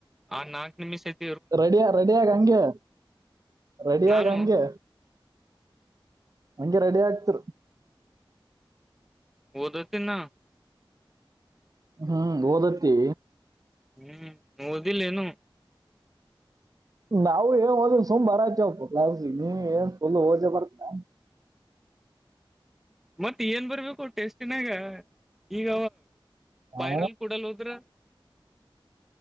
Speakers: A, in the centre; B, on the right.
A: ಆ ನಾಕು ನಿಮಿಷ ಐ <unintelligible>
B: ರೆಡ ರೆಡಿಯಗ ಹಂಗೆ. ರೆಡಿಯಗ
A: ನಾನು
B: ಹಂಗೆ. ಹಂಗೆ ರೆಡಿ ಆಗ್ತರು..
A: ಓದತಿ ನಾ
B: ಹ್ಮ್ ಓದತ್ತೀ
A: ಹ್ಮ್ ಓದಿಲ್ಲ ಎನು
B: ನಾವು ಏನ್ ಓದಿಲ್ಲ ಸುಮ್ ಬರ ಆತು ಕ್ಲಸಿಗ್ ನೀ ಏನ್ ಫುಲ್ ಜ ಬರ್ತಾ
A: ಮತ್ತ ಏನ್ ಬರ್ಬೇಕು ಟೇಸ್ಟಿನಾಗ ಈಗ
B: ಆ?
A: ಪೈರಲ್ ಕೂಡಲ್ ಹೋದ್ರ